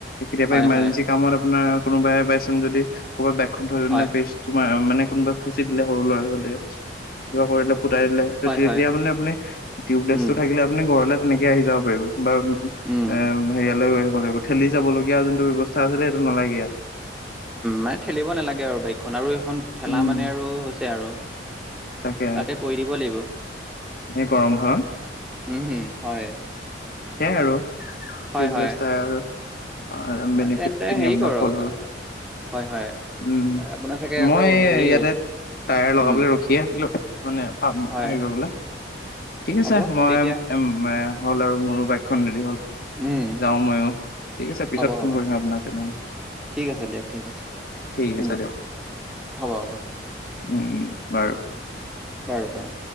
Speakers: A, on the left; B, in the centre.
A: কেতিয়াবা
B: হয়,
A: ইমাৰ্জেঞ্চি
B: হয়,
A: কামত আপোনাৰ কোনোবাই বাইচানঞ্চ যদি কবাত বাইকখন থৈ কেনে
B: হয়,
A: তোমাৰ মানে কোনোবাই খুচি দিলে সৰু ল'ৰা ছোৱালীয়ে কিবা কৰিলে ফুটাই দিলে তেতিয়া
B: হয়, হয়,
A: মানে আপুনি টিউবলেছটো
B: উম,
A: থাকিলে আপুনি ঘৰলে তেনেকে আহি যাব পাৰিব বা
B: উম।
A: এ সেয়ালৈ লৈ আহিব লাগিব ঠেলি যাবলগীয়া যোনটো ব্যৱস্থা আছিলে সেইটো নালাগে ইয়াত।
B: মানে ঠেলিব নালাগে আৰু বাইকখন আৰু এইখন ঠেলা
A: উম,
B: মানে আৰু হৈছে আৰু
A: তাকে
B: তাতে পৰি দিব লাগিব।
A: এই গৰম খনত।
B: উম হুম হয়।
A: সেইয়াই আৰু
B: হয়,
A: টিউবলেছ
B: হয়,
A: টায়াৰ আৰু।
B: হয়,
A: বেনিফিটখিনি
B: তেন্তে হেৰি
A: আপোনাক
B: কৰক
A: কলো আৰু।
B: আহ, হয়, হয়।
A: উম
B: আপোনাৰ চাগে
A: মই
B: আকৌ হেৰি
A: ইয়াতে টায়াৰ লগাবলৈ
B: উম,
A: ৰখি আছিলোঁ মানে পাম
B: হয়,
A: হেৰি কৰিবলৈ ঠিক আছে
B: হ'ব
A: মই
B: তেতিয়া
A: হ'ল আৰু মোৰো বাইকখন ৰেডি হ'ল।
B: উম,
A: যাওঁ ময়ো ঠিক আছে পিছত
B: হ'ব,
A: ফোন
B: হ'ব,
A: কৰিম আপোনাক তেনেহ'লে।
B: ঠিক আছে দিয়ক ঠিক আছে
A: ঠিক
B: উম
A: আছে দিয়ক
B: হ'ব, হ'ব।
A: উম, উম বাৰু।
B: বাৰু, বাৰু।